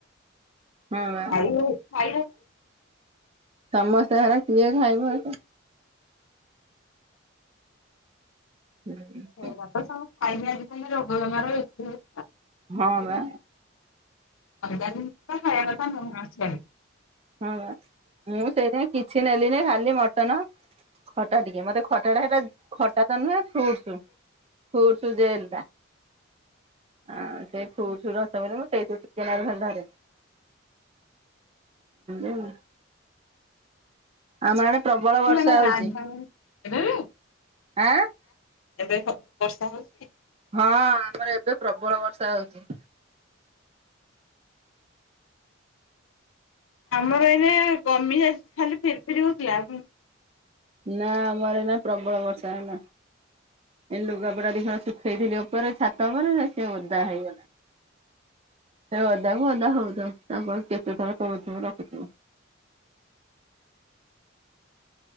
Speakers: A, on the right; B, on the left.
A: ହଁ ବା
B: <unintelligible>
A: ସମସ୍ତେ ସାରା କିଏ ଖାଇବ ଏତେ। ହୁଁ
B: <unintelligible> <unintelligible>
A: ହଁ ବା।
B: ମଇଦାନ ଖାଇବା କଥା ନୁହ <unintelligible>
A: ହଁ ବା ମୁଁ ସେଇଥି କିଛି ନେଲିନି ଖାଲି ମଟନ ଖଟା ଟିକେ ମତେ ଖଟା ଟା ହେଲା ଖଟା ତ ନୁହେଁ ଫ୍ରୁଟ ଫ୍ରୁଟ ଜଲ ଟା ଆଁ ସେ ଫ୍ରୁଟ ଅସ ମୁଁ ସେଇୁଥିରୁ ଟିକେ ନଖୁରୁ ଧରିଲି। ଏଇଆ ଆମ ପ୍ରବଳ ବର୍ଷା।
B: <unintelligible>
A: ହଉଛି
B: <unintelligible>
A: ଆଁ
B: ଏବେ ବର୍ଷା ହଉଛି।
A: ହଁ ଆମର ଏବେ ପ୍ରବଳ ବର୍ଷା ହଉଛି।
B: ଆମର ଏଇନା କମି ଯାଇଛି ଖାଲି ଫିରି ଫିରି ହଉଥିଲା।
A: ନା ଆମର ଏଇନା ପ୍ରବଳ ବର୍ଷା ହେଲା। ଲୁଗାପଟା ଦି ଖଣ ଶୁଖେଇଥିଲି ଉପରେ ଛାତ ଉପରେ ନା ସେ ଓଦା ହେଇଗଲା। ସେ ଅଦା କ ଅଦା ହଉଥାଉ ତାକୁ କେତେ ଥର କହୁଥିବ ରଖୁଥିବ।